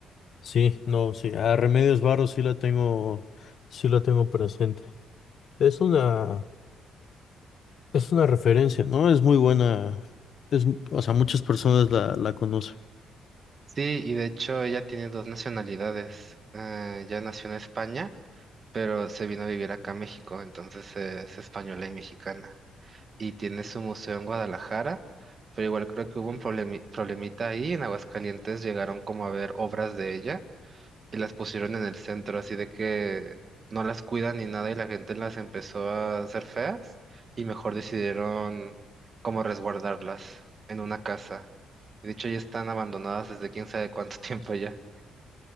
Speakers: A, on the left; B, on the right.
A: Sí, no, sí, a Remedios Varo sí la tengo, sí la tengo presente. Es una, es una referencia, ¿no? Es muy buena, es, o sea, muchas personas la, la conocen.
B: Sí, y de hecho ella tiene dos nacionalidades, eh, ella nació en España pero se vino a vivir acá a México, entonces es española y mexicana. Y tiene su museo en Guadalajara, pero igual creo que hubo un problemi- problemita ahí. En Aguascalientes llegaron como a ver obras de ella y las pusieron en el centro, así de que no las cuidan ni nada y la gente las empezó a hacer feas y mejor decidieron como resguardarlas en una casa. Y de hecho ya están abandonadas desde quién sabe cuánto <laughs> tiempo ya.